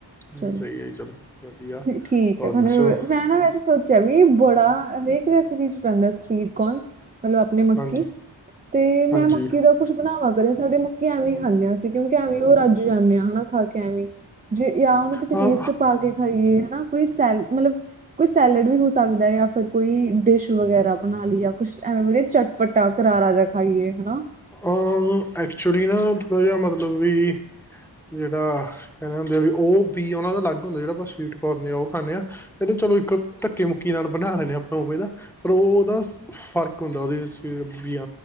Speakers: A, in the centre; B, on the right.
A: ਨਹੀਂ
B: ਚਲੋ
A: ਸਹੀ ਹੈ ਜੀ ਚਲੋ ਵਧੀਆ
B: ਠੀਕ
A: ਹੋਰ
B: ਹੈ ਤੁਹਾਨੂੰ
A: ਦੱਸੋ
B: ਮੈਂ ਨਾ ਵੈਸੇ ਸੋਚਿਆ ਵੀ ਬੜਾ ਹਰੇਕ ਰੈਸਿਪੀ ਚ ਪੈਂਦਾ ਸਵੀਟਕੋਨ ਮਤਲਬ ਆਪਣੇ ਮੱਕੀ
A: ਹਾਂਜੀ
B: ਤੇ ਮੈਂ
A: ਹਾਂਜੀ
B: ਮੱਕੀ ਦਾ ਕੁੱਛ ਬਣਾਵਾਂ ਕਰ ਸਾਡੇ ਮੱਕੀ ਐਵੇਂ ਖਾਂਦੇ ਹਾਂਸੀਂ ਕਿਉਂਕਿ ਐਵੇਂ ਉਹ ਰੱਜ ਜਾਂਦੇ ਹਾਂ ਹਨਾ ਖਾ ਕੇ ਐਵੇਂ ਜੇ ਜਾਂ ਉਹਨੂੰ ਕਿਸੇ
A: ਹਾਂ
B: ਚੀਜ਼ ਚ ਪਾ ਕੇ ਖਾਈਏ ਹਨਾ ਕੋਈ ਸੈ ਮਤਲਬ ਕੋਈ ਸੈਲਡ ਵੀ ਹੋ ਸਕਦਾ ਜਾਂ ਫਿਰ ਕੋਈ ਡਿਸ਼ ਵਗੈਰਾ ਬਣਾ ਲਈ ਜਾਂ ਕੁਛ ਐਵੇਂ ਚਟਪਟਾ ਕਰਾਰਾ ਜਾ ਖਾਈਏ ਹਨਾ
A: ਹਾਂ ਐਕਚੁਲੀ ਨਾ ਥੋੜ੍ਹਾ ਜਿਆ ਮਤਲਬ ਵੀ ਜਿਹੜਾ ਕਹਿੰਦੇ ਹੁੰਦੇ ਵੀ ਉਹ ਪਿਓ ਉਹਨਾ ਦਾ ਅਲੱਗ ਹੁੰਦਾ ਜਿਹੜਾ ਆਪਾਂ ਸਵੀਟਕਰਨ ਆ ਉਹ ਖਾਂਦੇ ਹਾਂ ਇਹਦੇ ਚਲੋ ਇੱਕ ਧੱਕੇ ਮੁੱਕੀ ਨਾਲ ਬਣਾ ਲੈਂਨੇ ਆ ਨਾ ਆਪਾਂ ਓਵੇਂ ਨਾ ਪਰ ਓਦਾ ਫ਼ਰਕ ਹੁੰਦਾ ਓਦੇ ਵਿਚ ਵੀ <inaudible>